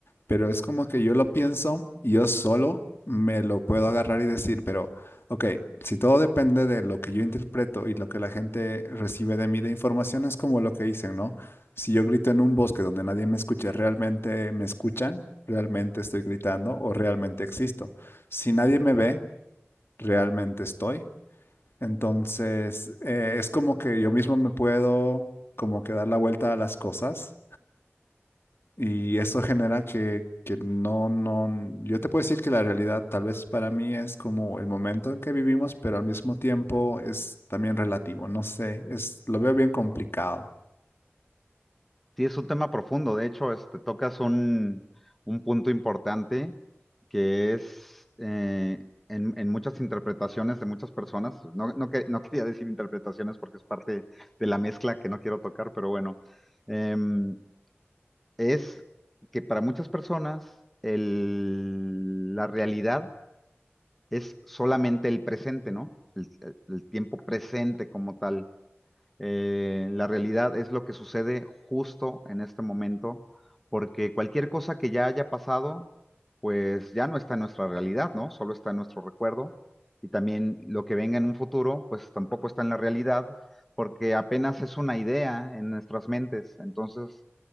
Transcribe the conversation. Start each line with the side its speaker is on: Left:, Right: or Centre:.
Left: pero es como que yo lo pienso y yo solo me lo puedo agarrar y decir, pero, ok, si todo depende de lo que yo interpreto y lo que la gente recibe de mí de información, es como lo que dicen, ¿no? Si yo grito en un bosque donde nadie me escucha, ¿realmente me escuchan? ¿Realmente estoy gritando o realmente existo? Si nadie me ve, ¿realmente estoy? Entonces, eh, es como que yo mismo me puedo como que dar la vuelta a las cosas y eso genera que, que no, no, yo te puedo decir que la realidad tal vez para mí es como el momento en que vivimos, pero al mismo tiempo es también relativo, no sé, es, lo veo bien complicado.
Centre: Sí, es un tema profundo, de hecho, este, tocas un, un punto importante que es eh, en, en muchas interpretaciones de muchas personas, no, no, que- no quería decir interpretaciones porque es parte de la mezcla que no quiero tocar, pero bueno. Em, es que para muchas personas el- la realidad es solamente el presente, ¿no? El, el tiempo presente como tal. Eh, la realidad es lo que sucede justo en este momento, porque cualquier cosa que ya haya pasado, pues ya no está en nuestra realidad, ¿no? Solo está en nuestro recuerdo. Y también lo que venga en un futuro, pues tampoco está en la realidad, porque apenas es una idea en nuestras mentes. Entonces,